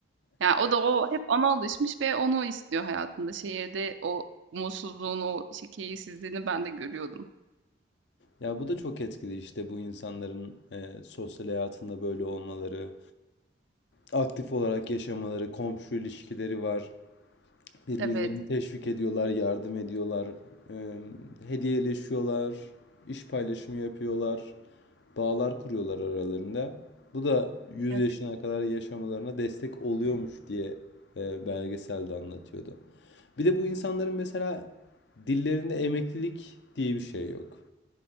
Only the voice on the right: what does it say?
Yani o da o hep ona alışmış ve onu istiyor hayatında. Şehirde o mutsuzluğunu, o şey, keyifsizliğini ben de görüyordum.
Evet,
evet,